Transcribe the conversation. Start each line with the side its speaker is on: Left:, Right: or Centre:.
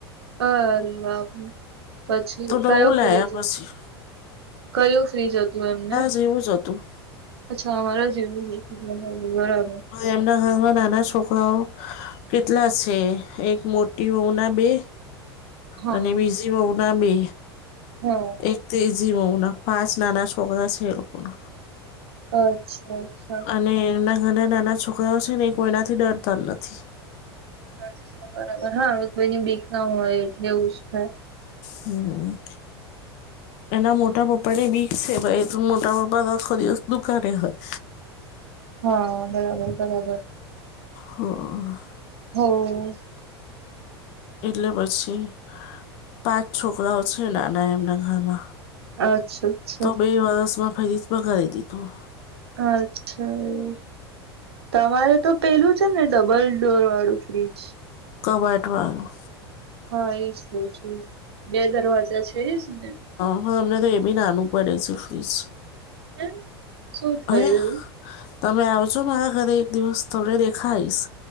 Right: હરે વા. પછી
Left: તો નવું
Right: કયું ફ્રી
Left: લાયા
Right: જતું
Left: પછી
Right: કયું ફ્રી જતું એમને.
Left: જે એવું જ હતું.
Right: અચ્છા અમારે જ એવું બરાબર.
Left: એમના ઘરમાં નાના છોકરાઓ કેટલા છે એક મોટી ઉમર ના બે
Right: હા
Left: અને બીજી બહુ ના બે.
Right: હા.
Left: એક તો ઇઝી હોવ ના પાંચ નાના છોકરા છે એ લોકોના.
Right: અચ્છા અચ્છ.
Left: અને એમના ઘરના નાના છોકરાઓ છે ને એ કોઈનાથી ડરતા નથી.
Right: અચ્છા બરાબર હા હવે કોઈની બીક ના હોય એટલે એવું જ થાય.
Left: હમ્મ. એના મોટા પપ્પા ને બીક છે ભ મોટા પપ્પા દખો દિવસ દુકારે હોય.
Right: હા બરાબર બરાબર.
Left: હા.
Right: હવ.
Left: એટલે પછી પાંચ છોકરાઓ છે નાના એમના ઘરમાં.
Right: અચ્છા અચ્છા.
Left: તો બે વરસમાં ફરી જ બગારી દીધું.
Right: અચ્છા એવું, તમારે તો પેલું છે ન ડબલ ડોર વાળું ફ્રીજ.
Left: કબાટ વાળું.
Right: હા એજ કઉ છું. બે દરવાજા છે એજ ને?
Left: હ મે તો એ બી નાનું પડે છે ફ્રીજ.
Right: કેમ, શું થયું?
Left: હે તમે આવજો મારા ઘરે એક દિવસ થોડે દેખાઈશ.